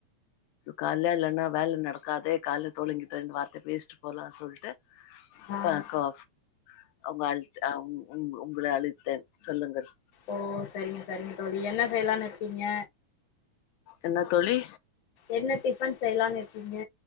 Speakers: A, on the left; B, on the left.
A: காலைல இல்லனா வேல நடக்காதே காலல தோழிங்ககிட்ட ரெண்டு வார்த்த பேசிட்டு போலான் சொல்ட்டு
B: ஆ
A: அ காஃப் அவங்க அழுத் அவங் உ உங்கள அழைத்தன் சொல்லுங்கள்
B: ஓ சரிங்க சரிங்க தோழி என்ன செய்யலானு இருக்கிங்க
A: என்ன தோழி
B: என்ன டிஃபன் செய்யலானு இருக்கிங்க